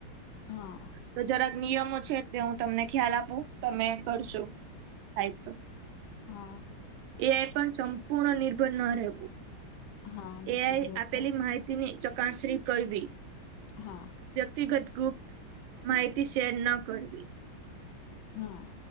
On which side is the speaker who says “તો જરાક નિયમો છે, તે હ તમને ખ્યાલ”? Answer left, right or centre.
Right